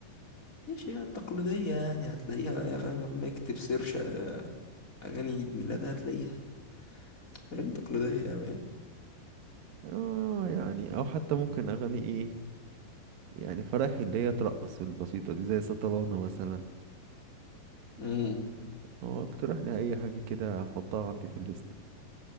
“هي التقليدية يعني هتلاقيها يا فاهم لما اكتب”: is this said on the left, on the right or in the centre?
Left